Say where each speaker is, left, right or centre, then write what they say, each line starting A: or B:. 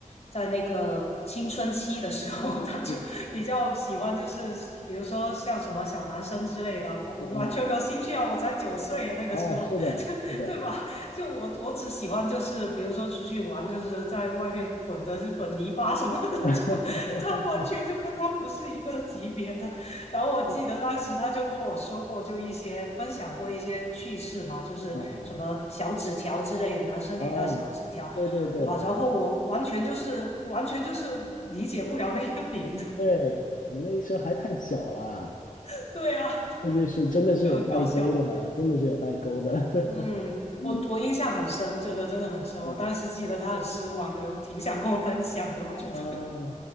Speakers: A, on the left; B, on the left.
A: 在那个青春期的时候，<laughs> 她就比较喜欢，
B: 嗯
A: 就是比如说像什么小男生之类的，我我完全没有兴趣啊，
B: 嗯嗯，
A: 我才九岁啊那个时候，
B: 哦，是的，
A: <laughs>
B: 是的，
A: 对吧？就我我只喜欢就是比如说出去玩，就是在外面滚的是滚泥巴什么的，
B: <laughs>
A: 就他完全就跟他不是一个级别的。然后我记得当时他就跟我说过，
B: 是
A: 就一些分享过一些趣事嘛，就是什么小纸条之类的，
B: 啊啊
A: 男生给他小纸条，
B: 啊，对对对
A: 哇，然后我完全就是完全就是理解不了那个点，
B: 对，你那时候还太小了，
A: <laughs> 对啊，
B: 那就是真的是有代沟的，
A: 就很搞笑。
B: 真的是有代沟的。
A: 嗯，
B: <laughs>
A: 我我印象很深，这个真的很深。
B: 嗯
A: 我当时记得他很失望，就挺想跟我分享的。我觉得，
B: 啊，